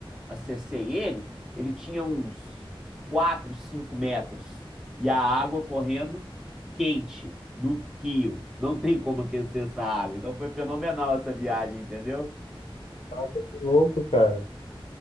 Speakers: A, in the centre; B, on the left.
A: acessei ele, ele tinha uns 4, 5 metros. E a água correndo quente no rio. Não tem como aquecer essa água. Então foi fenomenal essa viagem, entendeu?
B: que louco, cara.